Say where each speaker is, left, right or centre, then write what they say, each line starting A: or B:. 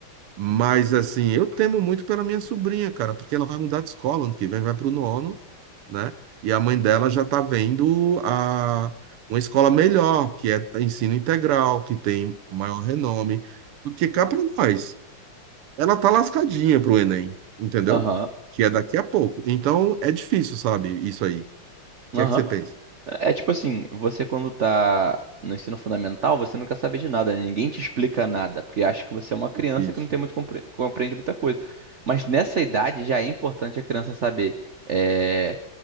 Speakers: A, on the right; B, on the right.
A: Mas, assim, eu temo muito pela minha sobrinha, cara, porque ela vai mudar de escola ano que vem, vai para o nono né? E a mãe dela já está vendo a, uma escola melhor, que é ensino integral, que tem maior renome. Porque cá para nós, ela tá lascadinha pro Enem, entendeu?
B: aham,
A: Que é daqui a pouco. Então é difícil, sabe, isso aí. O que
B: aham.
A: é que você pensa?
B: É é tipo assim, você quando tá no ensino fundamental, você não quer saber de nada, né? Ninguém te explica nada, porque acha que você é uma criança
A: Isso.
B: que não tem muito compre- compreende muita coisa. Mas nessa idade já é importante a criança saber é,